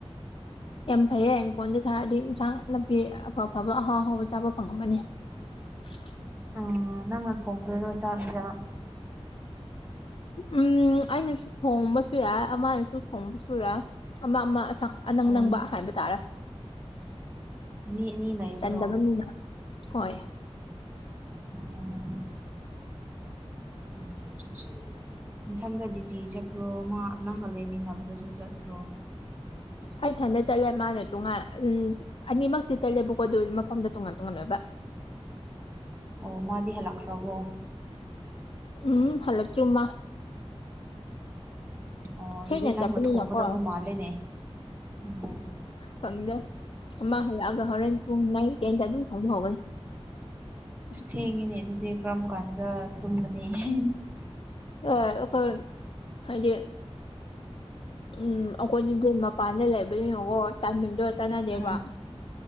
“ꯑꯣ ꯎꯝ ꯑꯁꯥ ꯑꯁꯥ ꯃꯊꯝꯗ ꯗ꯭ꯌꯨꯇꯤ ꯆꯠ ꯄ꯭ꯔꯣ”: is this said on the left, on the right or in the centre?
Right